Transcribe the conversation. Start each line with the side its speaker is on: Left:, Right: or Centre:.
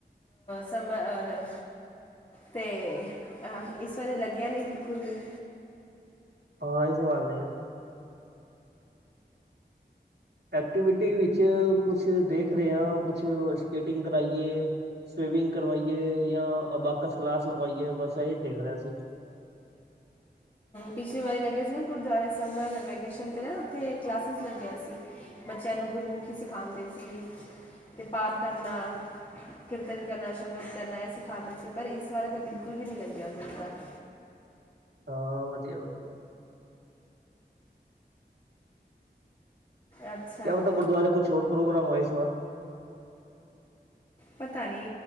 Left: ਸਮਾਂ ਤੇ ਆਹ ਇਸ ਵਾਰੀ ਲੱਗਿਆ ਨੀ ਬਿਲਕੁਲ ਵੀ,
Right: ਹਾਂ ਇਹ ਤੇ ਵੱਲ ਨਹੀਂ, ਐਕਟੀਵਿਟੀ ਵਿੱਚ ਕੁਛ ਦੇਖ ਰਹੇ ਹਾਂ ਕੁਛ ਸਕੇਟਿੰਗ ਕਰਾਈਏ। ਸਵੀਮਿੰਗ ਕਰਵਾਈਏ ਜਾਂ ਅ ਬਾਕਸ ਕਲਾਸ ਲਗਵਾਈਏ ਬਸ ਇਹੀ ਦੇਖ ਰਹੇ ਸੀਂ।
Left: ਪਿਛਲੀ ਵਾਰੀ ਲੱਗਿਆ ਸੀ, ਨਾ ਗੁਰਦੁਆਰੇ ਸਮਰ ਵੈਕੇਸ਼ਨ 'ਤੇ ਨਾ ਉੱਥੇ ਕਲਾਸਿਸ ਲੱਗਿਆ ਸੀ। ਬੱਚਿਆਂ ਨੂੰ ਗੁਰਮੁਖੀ ਸਿਖਾਉਂਦੇ ਸੀ, ਤੇ ਪਾਠ ਕਰਨਾ। ਕੀਰਤਨ ਕਰਨਾ ਸ਼ਬਦ ਕਰਨਾ ਇਹ ਸਿਖਾਉਂਦੇ ਸੀ, ਪਰ ਇਸ ਬਾਰੇ ਤਾਂ ਬਿਲਕੁਲ ਵੀ ਨਹੀਂ ਲੱਗਿਆ ਗੁਰਦੁਆਰੇ
Right: ਹਾਂ ਵਧੀਆ ਵਧੀਆ,
Left: ਅੱਛਾ
Right: ਕਿਆ ਪਤਾ ਗੁਰਦੁਆਰੇ ਕੁਛ ਹੋਰ ਪ੍ਰੋਗਰਾਮ ਹੋਏ ਇਸ ਵਾਰ
Left: ਪਤਾ ਨੀ